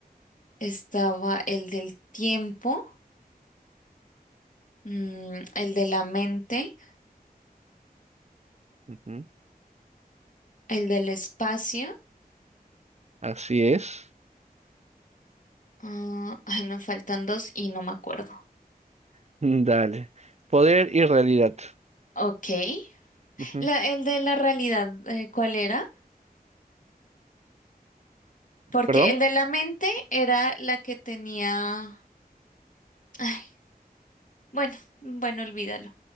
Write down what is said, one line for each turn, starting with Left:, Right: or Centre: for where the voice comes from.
Left: estaba el del tiempo, mm, el de la mente,
Right: Ujú,
Left: el del espacio.
Right: Así es.
Left: ah, ay, me faltan dos y no me acuerdo.
Right: <laughs> Dale. Poder y realidad.
Left: Ok.
Right: Ujú,
Left: La, el de la realidad, eh, ¿cuál era? Porque
Right: ¿Perdón?
Left: el de la mente era la que tenía... Ay, bueno, bueno, olvídalo.